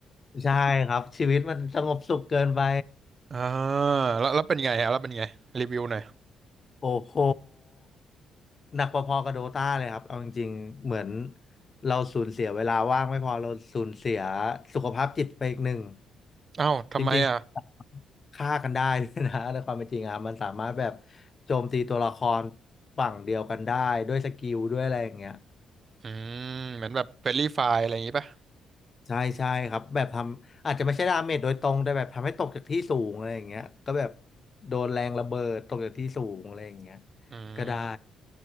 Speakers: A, on the left; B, on the right.
A: ใช่ครับชีวิตมันสงบสุขเกินไป
B: อ่าแล้วแล้วเป็นไงฮะแล้วเป็นไงรีวิวหน่อย
A: โอ้โหหนักพอๆกับโดตาเลยครับเอาจริงๆเหมือนเราสูญเสียเวลาว่างไม่พอเราสูญเสียสุขภาพจิตไปอีกหนึ่ง
B: อ้าวทำไมอ่ะ
A: จริงๆฆ่ากันได้เลยนะ <laughs> ในความเป็นจริงอะครับมันสามารถแบบโจมตีตัวละครฝั่งเดียวกันได้ด้วยสกิลด้วยอะไรอย่างเงี้ย
B: อืมเหมือนแบบเฟรนลี่ไฟล์อะไรอย่างงี้ป่ะ
A: ใช่ใช่ครับแบบทำอาจจะไม่ใช่ดาเมจโดยตรงแต่แบบทำให้ตกจากที่สูงอะไรอย่างเงี้ยก็แบบโดนแรงระเบิดตกจากที่สูงอะไรอย่างเงี้ย
B: อืม
A: ก็ได้